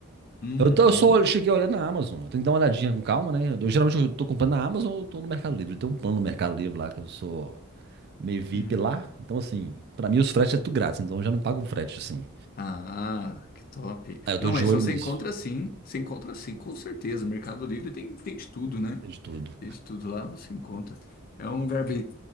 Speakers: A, on the left; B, on the right.
A: Uhum.
B: Eu, tô- eu só cheguei a olhar na Amazon. Eu tenho que dar uma olhadinha com calma, né? Eu, geralmente eu tô comprando na Amazon ou tô no Mercado Livre. Tem um plano no Mercado Livre lá que eu sou meio VIP
A: Hum.
B: lá. Então, assim, pra mim os fretes é tudo grátis, então eu já não pago o frete, assim.
A: Ah, que top.
B: Aí eu tô
A: Não,
B: de
A: mas
B: olho
A: você
B: nisso,
A: encontra sim, você encontra sim, com certeza. O Mercado Livre tem, tem de tudo, né?
B: Tem de tudo.
A: Tem de tudo lá, você encontra. É um lugar bem,